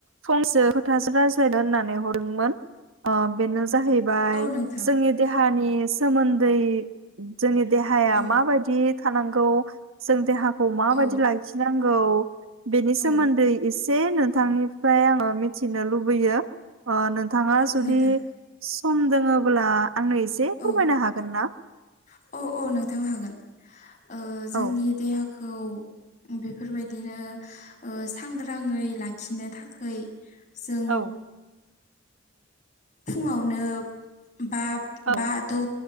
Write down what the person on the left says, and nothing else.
औ नोंथां
औ
औ
औ
औ
नोंथां
औ
<inaudible>
बेफोरबायदिनो सांग्राङै लाखिनो थाखाय जों
फुङावनो बा
बा द'